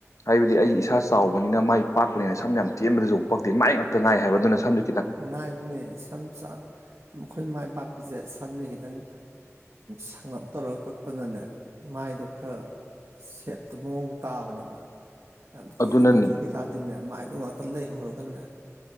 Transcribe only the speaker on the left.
ꯍꯥꯏꯕꯗꯤ ꯑꯩ ꯏꯁꯥ ꯆꯥꯎꯕꯅꯤꯅ ꯃꯥꯏ ꯄꯥꯛꯄꯅꯤꯅ ꯁꯝ ꯌꯥꯝ ꯇꯦꯟꯕꯗꯁꯨ ꯑꯃꯨꯛ ꯄꯛꯇꯦ ꯃꯥꯏ ꯉꯥꯛꯛꯇ ꯉꯥꯏ ꯍꯥꯏꯕ ꯑꯗꯨꯅ ꯁꯝꯗꯤ
ꯑꯗꯨꯅꯅꯤ